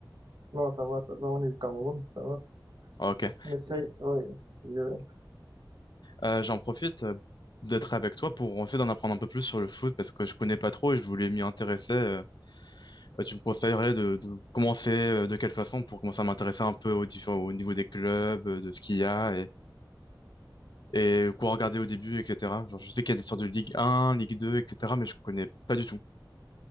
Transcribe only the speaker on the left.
Ah, Ok.
Euh, j'en profite euh, d'être avec toi pour essayer d'en apprendre un peu plus sur le foot parce que je connais pas trop et je voulais m'y intéresser. Euh, euh, tu me conseillerais de, de commencer euh, de quelle façon pour commencer à m'intéresser un peu aux différents, au niveau des clubs, euh, de ce qu'il y a et, et quoi regarder au début, etc. Genre, je sais qu'il y a des sortes de Ligue 1, Ligue 2, etc. Mais je connais pas du tout.